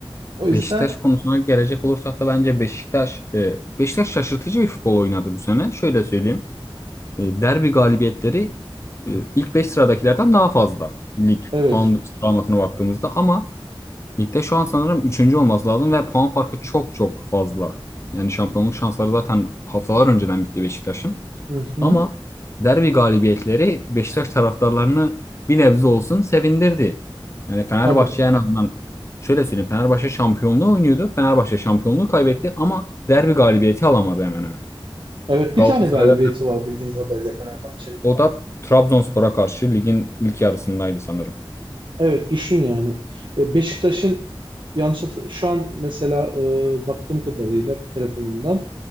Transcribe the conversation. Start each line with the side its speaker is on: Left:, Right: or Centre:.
Right: O yüzden
Left: Beşiktaş konusuna gelecek olursak da bence Beşiktaş e, Beşiktaş şaşırtıcı bir futbol oynadı bu sene. Şöyle söyleyeyim. e, derbi galibiyetleri e, ilk 5 sıradakilerden daha fazla. Lig
Right: evet.
Left: puan sıralamasına baktığımızda ama ligde şu an sanırım üçüncü olması lazım ve puan farkı çok çok fazla. Yani şampiyonluk şansları zaten haftalar önceden bitti Beşiktaş'ın.
Right: Hı hı.
Left: Ama derbi galibiyetleri Beşiktaş taraftarlarını bir nebze olsun sevindirdi. Yani Fenerbahçe
Right: Tabii.
Left: en azından şöyle söyleyeyim Fenerbahçe şampiyonluğu oynuyordu. Fenerbahçe şampiyonluğu kaybetti ama derbi galibiyeti alamadı hemen hemen.
Right: Evet
Left: Galatasaray
Right: bir tane galibiyeti
Left: ve
Right: var bildiğim kadarıyla Fenerbahçe'nin.
Left: O da Trabzonspor'a karşı ligin ilk yarısındaydı sanırım.
Right: Evet düşün yani. E, Beşiktaş'ın yanlış hatır- şu an mesela e, baktığım kadarıyla telefonumdan